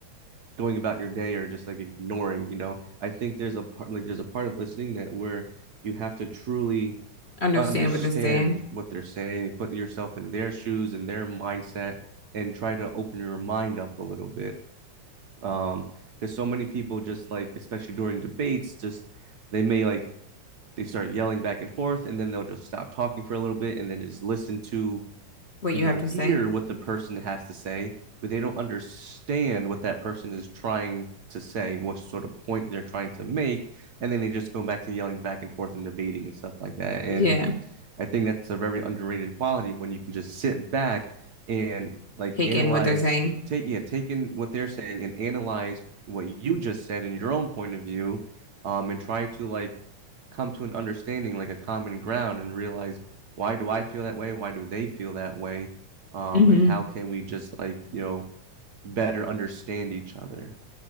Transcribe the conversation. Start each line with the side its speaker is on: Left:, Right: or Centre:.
Right: going about your day or just like ignoring you know i think there's a part like there's a part of listening that where you have to truly
Left: Understand
Right: understand
Left: what they're saying,
Right: what they're saying put yourself in their shoes and their mindset and try to open your mind up a little bit um because so many people just like especially during debates just they may like they start yelling back and forth and then they'll just stop talking for a little bit and then just listen to
Left: what
Right: and
Left: you
Right: they
Left: have
Right: hear
Left: to say.
Right: what the person has to say, but they don't understand what that person is trying to say, what sort of point they're trying to make, and then they just go back to yelling back and forth and debating and stuff like that. And
Left: Yeah,
Right: I think that's a very underrated quality when you can just sit back and like
Left: take
Right: analyze,
Left: in what they're saying.
Right: take yeah, taking what they're saying and analyze what you just said in your own point of view, um, and try to like come to an understanding, like a common ground, and realize why do I feel that way? Why do they feel that way? Um,
Left: Mm-hmm.
Right: and how can we just like, you know, better understand each other?